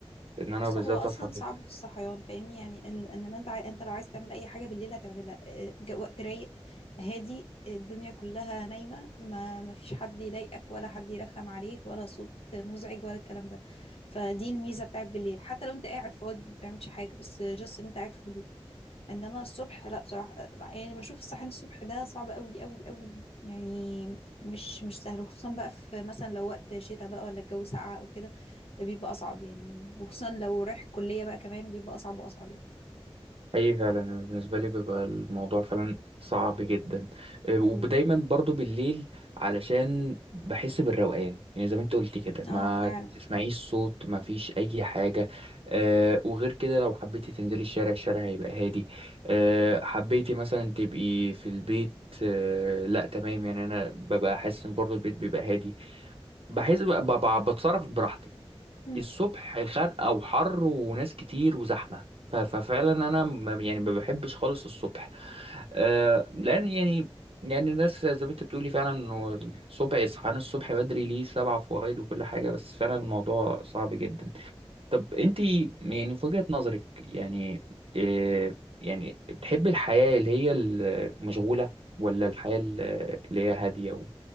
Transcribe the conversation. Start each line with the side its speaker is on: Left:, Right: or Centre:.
Right: ان انا
Left: بص
Right: بالذات
Left: هو اصلا
Right: اصحى فيه
Left: صعب
Right: بدري
Left: في الصحيان فاهمني يعني ان إن ما انت عاي... انت لو عايز تعمل اي حاجه بالليل هتعملها آه، ج- وقت رايق هادي الدنيا كلها نايمه ما ما فيش حد يضايقك ولا حد يرخم عليك ولا صوت مزعج ولا الكلام ده فدي الميزه بتاعت بالليل حتى لو انت قاعد فاضي ما بتعملش حاجه بس جاست ان انت قاعد في هدوء انما الصبح لا بصراحه يعني بشوف الصحيان الصبح ده صعب قوي قوي قوي يعني مش مش سهل خصوصا بقى في مثلا لو وقت شتاء بقى ولا الجو ساقع او كده ده بيبقى اصعب يعني وخصوصا لو رايح الكليه بقى كمان بيبقى اصعب واصعب يعني
Right: اي فعلا أنا بالنسبه لي بيبقى الموضوع فعلا صعب جدا أه،
Left: امم
Right: ودايما برضو بالليل علشان بحس بالروقان يعني زي ما انت قلت كده
Left: اه
Right: ما
Left: فعلا
Right: تسمعيش صوت ما فيش اي حاجه أه وغير كده لو حبيتي تنزلي الشارع الشارع هيبقى هادي أه حبيتي مثلا تبقي في البيت أه لا تمام يعني انا ببقى حاسس ان برضو البيت بيبقى هادي بحس بقى ببقى بتصرف براحتي
Left: امم
Right: الصبح خنقة وحر وناس كتير وزحمة ف- ففعلا انا ما يعني ما بحبش خالص الصبح آه لان يعني يعني الناس زي ما انت بتقولي فعلا انه الصبح اصحيان الصبح بدري ليه سبع فوائد وكل حاجة بس فعلا الموضوع صعب جدا طب انت يعني في وجهة نظرك يعني إيه يعني بتحبي الحياة اللي هي المشغولة ولا الحياة اللي اللي هي هادية و-